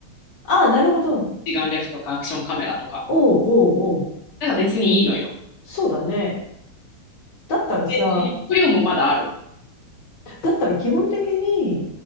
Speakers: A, on the left; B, on the left.
A: ああ、なるほど。
B: 一眼レフとかアクションカメラとか。
A: おうおうおう。
B: だから別にいいのよ。
A: そうだね。だったらさ、
B: で、容量もまだあるの。
A: だったら基本的に